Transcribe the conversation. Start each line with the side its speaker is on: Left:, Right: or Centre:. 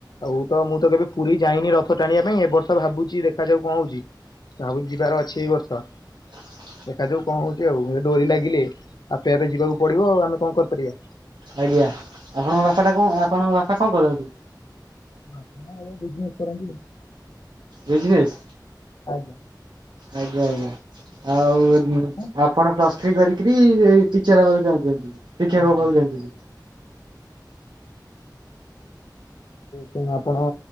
Left: ଆଉ ତ ମୁଁ ତ କେବେ ପୁରୀ ଯାଇନି ରଥ ଟାଣିବା ପାଇଁ ଏ ବର୍ଷ ଭାବୁଛି ଦେଖାଯାଉ କଣ ହଉଛି। ଆଉ ଯିବାର ଅଛି ଏଇ ବର୍ଷ।
Right: <inaudible>
Left: ଦେଖାଯାଉ କଣ ହଉଛି। ଆଉ ଏ ଡୋରି ଲାଗିଲେ ଆପେ ଆପେ ଯିବାକୁ ପଡିବ ଆଉ ଆମେ କଣ କରିପାରିବା।
Right: ଆଜ୍ଞା ଆପଣଙ୍କ ଭାଷା ଟା କଣ ଆପଣଙ୍କ ବାପା କଣ କରନ୍ତି?
Left: ବାପା ଆଁ ବିଜ୍ନେସ କରନ୍ତି ।
Right: ବିଜନେସ୍?
Left: ଆଜ୍ଞା।
Right: ଆଜ୍ଞା ଆଜ୍ଞା ଆଉ ଏ
Left: ଆଜ୍ଞା।
Right: ଆପଣ ପ୍ଲସ ଚାକିରି କରିକିରି ଏଇ ଟିଚର ହେବାକୁ ଚାହୁଁ ଚି ଶିକ୍ଷକ
Left: ଆଜ୍ଞା।
Right: ହେବାକୁ ଚାହୁଁଥିଲି।
Left: ତ ଆପଣ